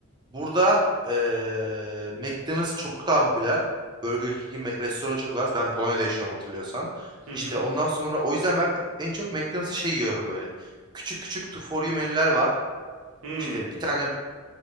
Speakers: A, on the right; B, on the right.
A: burada eee McDonald's çok daha popüler. Burger King'in Mc- restoranı çok az. Ben Polonya'da yaşıyorum hatırlıyorsan.
B: <laughs> Hı
A: İşte
B: hı.
A: ondan sonra o yüzden ben en çok McDonald's'ı şey yiyorum böyle. Küçük küçük to for you menüler var.
B: Hmm.
A: İşte bir tane